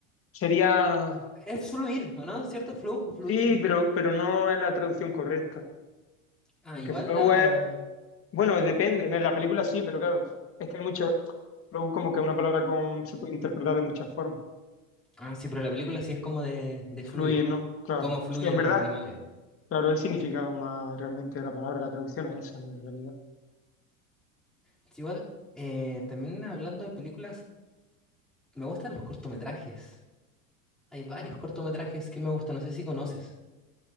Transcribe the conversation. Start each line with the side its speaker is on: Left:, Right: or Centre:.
Left: Sería.
Centre: Es fluir, ¿o no? ¿Cierto? Flujo, fluir.
Left: Sí, pero, pero no es la traducción correcta.
Centre: Ah,
Left: Porque
Centre: igual
Left: Flow
Centre: la.
Left: es, bueno,
Centre: ¿Mm?
Left: depende, ¿no? en la película sí, pero claro, es que hay mucho, Flow como que es una palabra con, se puede interpretar de muchas formas.
Centre: Ah, sí, pero la película sí es como de, de
Left: Fluir,
Centre: fluir.
Left: ¿no? Claro.
Centre: Cómo fluyen
Left: Sí, en verdad,
Centre: los animales.
Left: claro, el significado más realmente de la palabra, la traducción es esa, no en realidad.
Centre: Sí, Igual, eh, también hablando de películas, me gustan los cortometrajes. Hay varios
Left: Claro.
Centre: cortometrajes que me gustan, no sé si conoces.